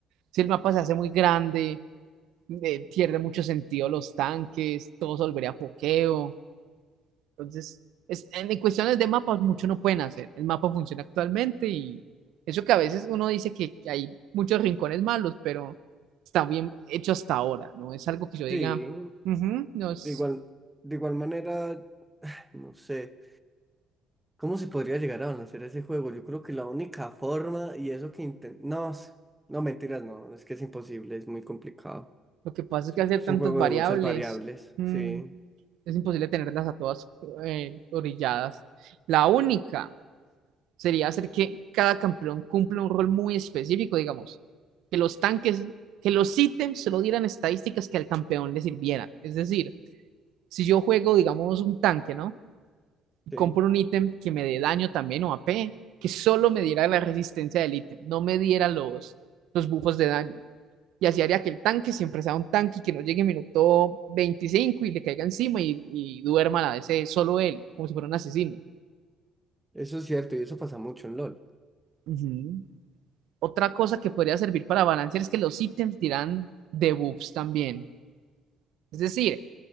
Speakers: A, on the right; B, in the centre.
A: Si el mapa se hace muy grande, eh, pierde mucho sentido los tanques, todo se volvería pokeo. Entonces, es, en, en cuestiones de mapas, mucho no pueden hacer. El mapa funciona actualmente y eso que a veces uno dice que, que hay muchos rincones malos, pero está bien hecho hasta ahora, ¿no? Es algo que yo diga,
B: sí,
A: "Ujú, no es
B: de igual, de igual manera, <sighs> no sé, ¿cómo se podría llegar a balancear ese juego? Yo creo que la única forma, y eso que intentamos, no, s- no, mentiras, no, es que es imposible, es muy complicado.
A: Lo que pasa es
B: Es
A: que
B: un
A: hacer
B: es
A: tantas
B: un juego
A: variables,
B: de muchas variables,
A: mm,
B: sí,
A: es imposible tenerlas a todas eh, orilladas. La única sería hacer que cada campeón cumpla un rol muy específico, digamos, que los tanques, que los ítems solo dieran estadísticas que al campeón le sirvieran. Es decir, si yo juego, digamos, un tanque, ¿no? Y
B: sí.
A: compro un ítem que me dé daño también o AP, que solo me diera la resistencia del ítem, no me diera los, los buffos de daño y así haría que el tanque siempre sea un tanque y que no llegue el minuto 25 y le caiga encima y, y duerma la DC solo él, como si fuera un asesino.
B: Eso es cierto, y eso pasa mucho en LOL.
A: Ujú. Otra cosa que podría servir para balancear es que los ítems dirán debuffs también. Es decir,